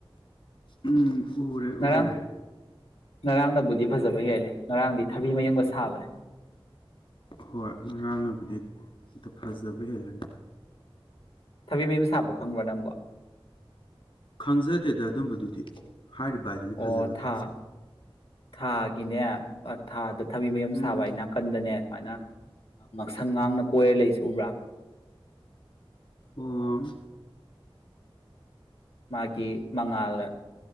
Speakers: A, on the left; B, on the left.
A: ꯎꯝ ꯎꯔꯦ
B: ꯉꯔꯥꯡ
A: ꯎꯔꯦ
B: ꯉꯔꯥꯡꯅꯕꯨꯗꯤ ꯐꯖꯕ ꯍꯦꯜꯂꯦ ꯉꯔꯥꯡꯗꯤ ꯊꯕꯤ ꯃꯌꯨꯝꯒ ꯁꯥꯕꯅꯦ
A: ꯍꯣꯏ ꯉꯔꯥꯡꯅꯕꯨꯗꯤ ꯑꯝꯇ ꯐꯖꯕ ꯍꯦꯜꯂꯅꯤ
B: ꯊꯕꯤ ꯃꯌꯨꯝ ꯁꯥꯕ ꯈꯪꯕ꯭ꯔꯥ ꯅꯪꯝꯕ
A: ꯈꯪꯖꯗꯦꯗ ꯑꯗꯨꯝꯕꯗꯨꯗꯤ ꯍꯥꯏꯔꯤꯕ ꯍꯥꯏꯗꯨꯅꯤ
B: ꯑꯣ
A: ꯐꯖꯕꯗꯨꯕꯨ
B: ꯊꯥ
A: ꯁꯨꯝ
B: ꯊꯥꯒꯤꯅꯦ ꯊꯥꯗ ꯊꯕꯤ ꯃꯌꯨꯝ
A: ꯎꯝ
B: ꯁꯥꯕ ꯍꯥꯏ ꯅꯥꯀꯟꯗꯅꯦ ꯁꯨꯃꯥꯏꯅ ꯉꯥꯡꯁꯪ ꯉꯥꯡꯅ ꯀꯣꯏꯔ ꯂꯩꯁꯨ ꯎꯕ꯭ꯔꯥ
A: ꯑꯣꯝ
B: ꯃꯥꯒꯤ ꯃꯉꯥꯜꯗ